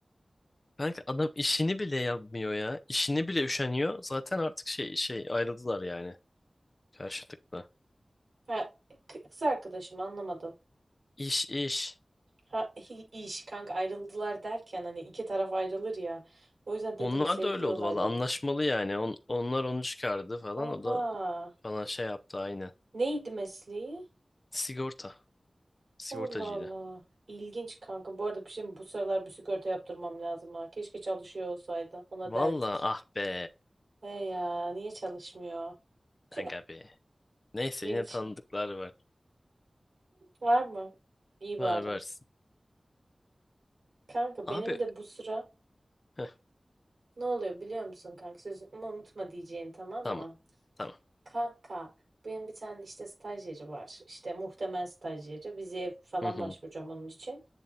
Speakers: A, on the left; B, on the right.
A: Kanka adam işini bile yapmıyor ya. İşini bile üşeniyor. Zaten artık şey şey ayrıldılar yani karşılıklı.
B: ha, k- kız arkadaşım anlamadım.
A: İş iş.
B: Ha, hi- iş kanka ayrıldılar derken hani iki taraf ayrılır ya. O yüzden dedim
A: Onlar
B: sevgili
A: da öyle oldu
B: olaylarım.
A: valla anlaşmalı yani. On- onlar onu çıkardı falan.
B: Oha.
A: O da bana şey yaptı aynen.
B: Neydi mesleği?
A: Sigorta. Sigortacıydı.
B: Allah Allah. İlginç kanka. Bu arada bir şey mi? Bu sıralar bir sigorta yaptırmam lazım ha. Keşke çalışıyor olsaydı. Ona
A: Valla
B: derdik.
A: ah be.
B: He ya niye çalışmıyor? Tüh.
A: Aga be. Neyse
B: Ya
A: yine
B: geçi.
A: tanıdıklar var.
B: Var mı? İyi bari.
A: Ver versin.
B: Kanka
A: Abi
B: benim de bu sıra
A: heh,
B: ne oluyor biliyor musun kanka? Sözünü ama unutma diyeceğini tamam
A: tamam.
B: mı?
A: Tamam.
B: Kanka benim bir tane işte stajyeri var. İşte muhtemel stajyeri. yeri. Vizeye falan
A: Hı hı,
B: başvuracağım onun için.